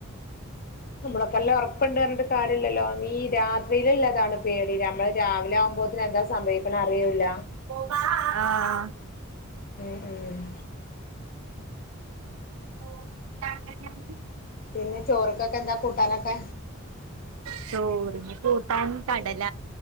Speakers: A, on the left; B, on the right.
A: നമ്മളെ പോലെ <unintelligible> ഇപ്പണ്ടീ അറ്ഞ്ഞിട്ട് കാര്യല്ലല്ലോ ആമീൻ രാത് വെയിലുള്ളതാണ് പേടി നമ്മള് രാവിലെ ആവുമ്പോത്തിനും എന്താ സംഭവിക്ക്ണെ അറിയൂല്ല
B: പാ ആഹ്
A: ഉം ഉം
B: ഓ <unintelligible>
A: പിന്നെ ചോറക്കൊക്കെ എന്താ കൂട്ടാനൊക്കെ
B: ചോറിന് കൂട്ടാൻ കടല